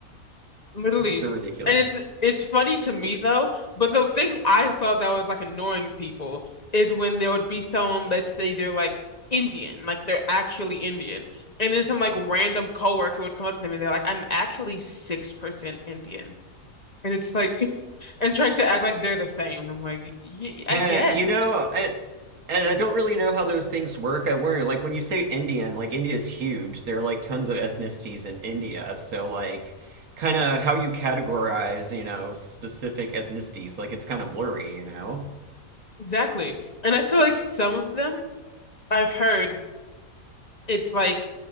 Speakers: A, on the left; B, on the right.
A: Literally.
B: So ridiculous.
A: And it's it's funny to me though, but the thing I saw that was like annoying people is when there would be someone, let's say they're like Indian, like they're actually Indian. And then some like random coworker would come up to them and they're like, I'm actually six percent Indian. And it's like <laughs> and trying to act like they're the same. I'm like, y I
B: Heh,
A: guess.
B: you know,
A: <laughs>
B: I, and I don't really know how those things work. I worry, like when you say Indian, like India's huge. There are like tons of ethnicities in India, so like kind of how you categorize, you know, specific ethnicities, like it's kind of blurry, you know?
A: Exactly. And I feel like some of them I've heard it's like